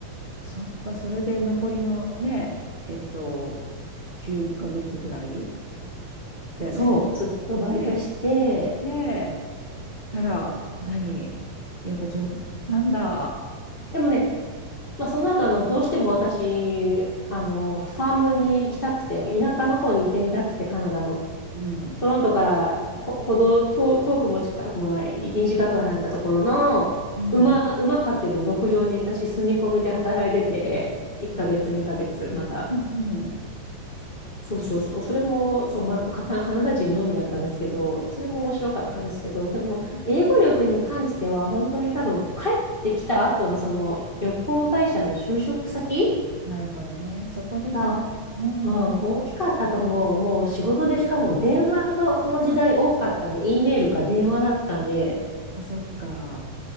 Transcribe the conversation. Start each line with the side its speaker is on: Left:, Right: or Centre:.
Right: そっか、それで残りのね、えっと、9ヶ月ぐらいだよね。
Left: そう、
Right: 行っ
Left: ずっとバイトして、
Right: て、で、たら、何やっぱ上達したんだ。
Left: でもね、まあ、その後あの、どうしても私、あの、ファームに行きたくて、田舎の方に行ってみたくて、カナダの。
Right: うん。
Left: トロントからほ、ほど遠、遠くも近くもない、2時間ぐらい離れたところの、
Right: うん。
Left: 馬、馬飼ってる牧場に私、住み込みで働いてて、1ヶ月、2ヶ月、また。
Right: うん、うん、
Left: そうそうそう、それも、そう、ま、カタカナダ人のみだったんですけど、それも面白かったんですけど、でも、
Right: う、そこも
Left: 英語力に関しては、本当に多分、
Right: うん
Left: 帰ってきた後のその旅行会社の就職先
Right: なるほどね。そこでかな。
Left: が
Right: うん、
Left: うん、
Right: うん。そ
Left: 大きかったと思う。もう仕事でしかも電話がその時代多かったんで、E メールか電話だったんで、
Right: っか。そっか